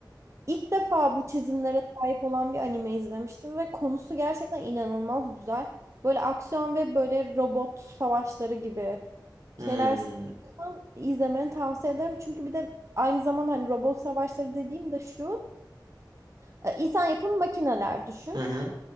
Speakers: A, on the right; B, on the right.
A: İlk defa bu çizimlere sahip olan bir anime izlemiştim ve konusu gerçekten inanılmaz güzel. Böyle aksiyon ve böyle robot savaşları gibi
B: Hmm.
A: şeyler seviyorsan izlemeni tavsiye ederim. Çünkü bir de aynı zamanda hani robot savaşları dediğim de şu, e, insan yapımı makineler düşün.
B: Hı hı.